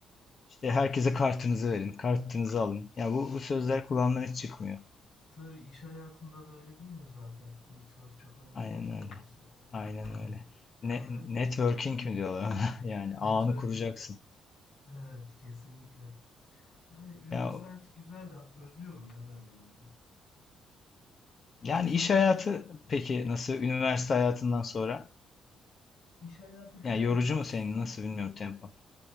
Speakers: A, on the left; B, on the left.
A: İşte herkese kartınızı verin, kartınızı alın. Ya bu, bu sözler kulağımdan hiç çıkmıyor.
B: Tabii iş hayatında da öyle değil mi zaten? Network çok önemli
A: Aynen
B: değil mi
A: öyle.
B: mesela?
A: Aynen
B: Ee, Öğrenci
A: öyle. Ne,
B: öğrenciyken
A: networking
B: de öyle.
A: mi diyorlar ona? <laughs> Yani
B: Networking.
A: ağını kuracaksın.
B: Evet kesinlikle. Yani üniversite
A: Ya
B: hayatı güzeldi. Özlüyorum ya ben o günleri.
A: yani
B: Şey
A: iş hayatı peki nasıl üniversite hayatından sonra?
B: iş hayatı
A: Yani
B: biraz
A: yorucu
B: daha
A: mu
B: s-
A: senin? Nasıl bilmiyorum tempo.